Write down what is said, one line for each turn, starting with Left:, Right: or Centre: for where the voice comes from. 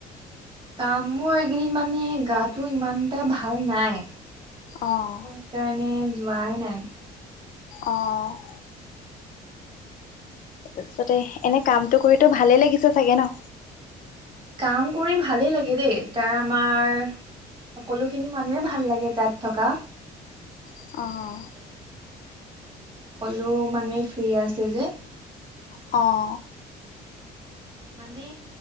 Right: কাম মোৰ এইকেইদিন মানে গাটো ইমান এটা ভাল নাই চ' সেইকাৰণে
Left: অঁ
Right: যোৱাই নাই।
Left: অ', তাৰপিছতে এনে কামটো কৰিতো ভালে লাগিছে চাগে ন?
Right: কাম কৰি ভালেই লাগে দেই তাৰ আমাৰ সকলোখিনি মানুহে ভাল লাগে তাত থকা।
Left: অ',
Right: সকলো মানুহে ফ্ৰী আছে যে।
Left: অ',
Right: মানে